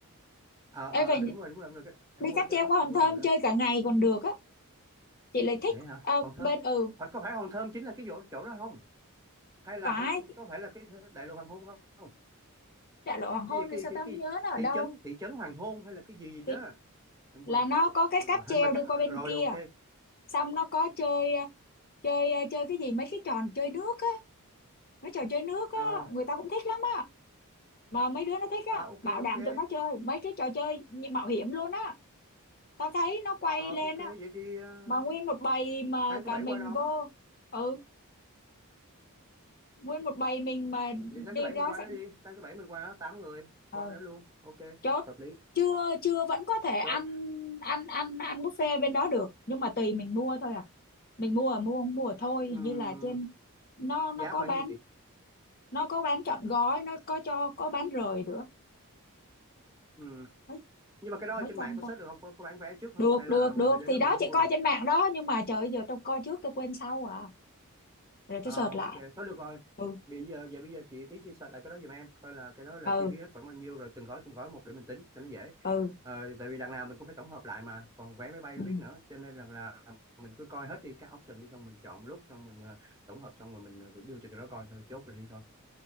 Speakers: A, on the right; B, on the left.
A: ờ ờ
B: Ê vậy
A: đúng rồi đúng rồi, đúng rồi. Cái, em
B: đi
A: quên
B: cáp
A: cái
B: treo
A: đó
B: qua Hòn
A: em quên
B: Thơm
A: vụ đó
B: chơi cả ngày còn được á chị lại thích
A: vậy hả
B: ờ,
A: Hòn Thơm
B: bên ừ
A: phải có phải Hòn Thơm chính là cái chỗ chỗ đó không hay là
B: phải
A: Hòn, có phải là cái đại lộ hoàng hôn không
B: đại lộ hoàng hôn
A: cái cái
B: thì sao
A: cái,
B: tao
A: cái
B: không nhớ nó ở
A: thị
B: đâu
A: trấn thị trấn hoàng hôn hay là cái gì
B: thì
A: đó em
B: là
A: quên mất
B: nó có cái
A: tiêu
B: cáp
A: rồi
B: treo
A: nhưng mà
B: đi
A: chắc
B: qua
A: rồi
B: bên kia
A: ok
B: xong nó có chơi ờ, chơi ờ, chơi cái gì mấy cái tròn chơi nước á mấy trò chơi nước
A: Ờ,
B: á người ta cũng thích lắm á mà mấy đứa nó thích
A: à,
B: á
A: ok
B: bảo đảm
A: ok
B: tụi nó chơi mấy cái trò chơi như mạo hiểm luôn á tao thấy nó quay
A: Ờ,
B: lên
A: ok vậy
B: á
A: thì ờ,
B: mà nguyên một bầy mà
A: sáng thứ
B: cả
A: bảy
B: mình
A: qua đó
B: vô ừ nguyên một bầy mình mà
A: vậy sáng
B: đi
A: thứ bảy
B: đó
A: mình qua
B: sẽ
A: đó đi sáng thứ bảy mình qua đó tám người qua
B: ừ
A: đó luôn ok
B: chốt
A: hợp lý
B: chưa chưa vẫn có thể ăn
A: chốt
B: ăn ăn ăn buffet bên đó được nhưng mà tùy mình mua thôi à mình mua mua không mua thôi hình
A: Ừm,
B: như là trên nó nó
A: giá
B: có
A: khoảng
B: bán
A: nhiêu chị
B: nó có bán trọn gói nó có cho có bán rời nữa
A: Ừm,
B: mấy
A: nhưng mà cái đó
B: mấy
A: ở trên
B: trăm
A: mạng có
B: ta
A: search được không có, có bán vé trước không
B: được
A: hay là
B: được
A: mình
B: được
A: phải đến
B: thì
A: đó mình
B: đó
A: mới
B: chị
A: mua
B: coi
A: được
B: trên mạng đó nhưng mà trời ơi, giờ tôi coi trước tôi quên sau à rồi
A: Ờ,
B: tôi search
A: ok
B: lại
A: thôi được rồi
B: ừ
A: bây giờ vậy bây giờ chị tí chia sẻ lại cái đó giùm em coi là cái đó là
B: ừ
A: chi phí hết khoảng bao nhiêu rồi từng gói từng gói một để mình tính cho nó dễ
B: ừ
A: ờ, tại vì đằng nào mình cũng phải tổng hợp lại mà còn vé máy bay
B: ừ.
A: biết nữa cho nên là, là mình cứ coi hết đi các option đi xong mình chọn một lúc xong mình ờ, tổng hợp xong rồi mình ờ, đưa cho tụi nó coi thôi chốt rồi đi thôi